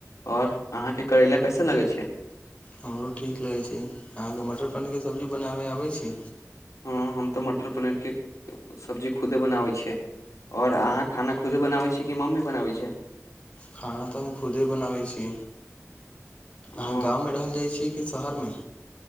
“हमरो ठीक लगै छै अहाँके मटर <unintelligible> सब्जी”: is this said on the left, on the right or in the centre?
Left